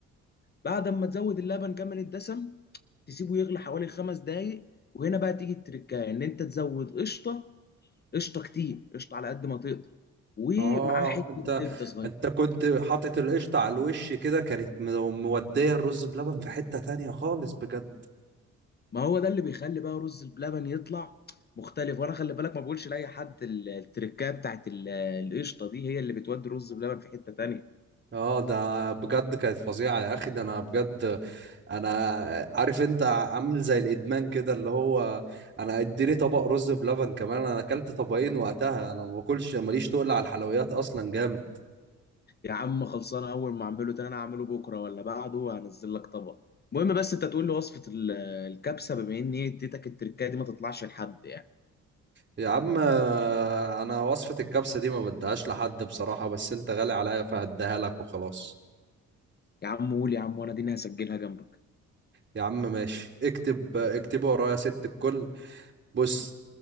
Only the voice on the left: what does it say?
بعد ما تزود اللبن كمان الدسم تسيبه يغلي حوالي خمس دقايق وهنا بقى تيجي التركايه ان انت تزود قشطه قشطه كتير قشطه على قد ما تقدر ومعاه
حته
زبده صغيره
ما هو ده اللي بيخلي بقى رز بلبن يطلع مختلف وانا خلي بالك ما بقولش لاي حد ال- التركايه بتاعت ال- القشطه دي هي اللي بتودي رز بلبن في حته تانية
يا عم خلصانه اول ما اعمله تاني انا هعمله بكره ولا بعده وهنزل لك طبق المهم بس انت تقول لي وصفه ال- الكبسه بما ان هي اديتك التركايه دي ما تطلعش لحد يعني
يا عم قول يا عم وانا دي هسجلها جنبك